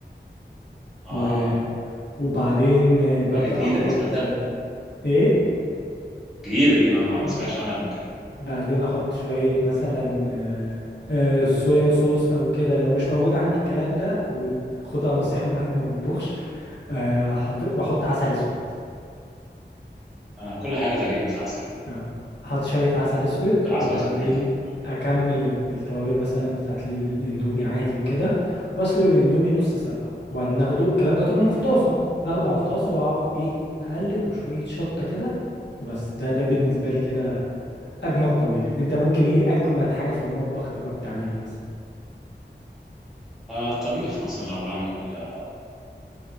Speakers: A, in the centre; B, on the left.
A: اه
B: و... وبعدين آه، ببدأ
A: هذه جديدة
B: أحط
A: دي تصدق
B: آه، إيه
A: جديدة دي ما, ما ما
B: م-
A: سمعتش عنها قبل كده
B: بعدين أحط شوية مثلا آه، آه، صويا صوص أو كده لو مش موجود عندي الكلام ده وخدها نصيحة من واحد ما بيطبخش آه، حط... بحط عسل أسود
A: انا كل حاجة تقريبا في عسل
B: آه، احط شوية عسل اسود
A: بحب العسل
B: وبعدين
A: الاسود جدا آه
B: اكمل ال- التوابل مثلا بتاعت الاندومي عادي وكده واسلق الاندومي نص سلقة وبعدين اخده الكلام ده طبعا في طاسة اخده على الطاسة واقعد ايه اقلب وشوية شطة كده وبس ده ده بالنسبة لي كده اجمد طبيخ انت ممكن ايه اجمد حاجة في المطبخ تبقى بتعملها مثلا
A: آه، الطبيخ مثلا لو بعمل آه،